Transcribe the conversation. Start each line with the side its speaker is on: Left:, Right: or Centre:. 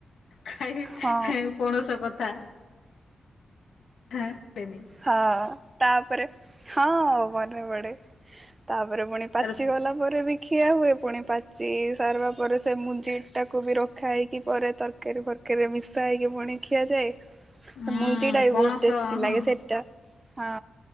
Left: ଖାଇ
Right: ହଁ
Left: ଖାଇଆ ପଣସ କଥା। ହଁ ସେନି
Right: ହଁ ତାପରେ ହଁ ମନେ ପଡେ ତାପରେ ପୁଣି ପାଚିଗଲା
Left: ତାର
Right: ପରେ ବି ଖିଆ ହୁଏ ପୁଣି ପାଚି ସାରିବା ପରେ ସେ ମୁଞ୍ଜି ଟାକୁ ବି ରଖା ହେଇକି ପରେ ତର ତରକାରୀ ଫରକାରିରେ ମିଶା ହେଇକି ପୁଣି ଖିଆଯାଏ।
Left: ହୁଁ
Right: ମୁଞ୍ଜି ଟା ବି
Left: ପଣସ
Right: ବହୁତ ଟେଷ୍ଟି
Left: ହଁ
Right: ଲାଗେ ସେଟା ହଁ।